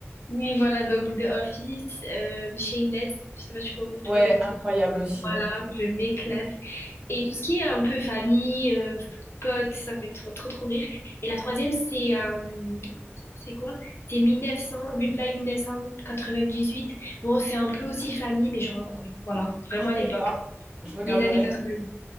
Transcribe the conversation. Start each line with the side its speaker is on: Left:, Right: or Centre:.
Left: Oui, voilà, donc The Office, euh, Shameless, je sais pas si tu con- tu
Right: Ouais,
Left: connais aussi.
Right: incroyable aussi.
Left: Voilà, je m'éclate. Et tout ce qui est un peu famille, euh, potes, ça fait trop, trop, trop rire. Et la troisième, c'est euh, c'est c'est quoi? C'est 1900, Reply 1998. Bon, c'est un peu aussi famille, mais genre en Corée. Voilà, vraiment
Right: Je connais
Left: à l'époque,
Right: pas. Je regarderai.
Left: les années 90.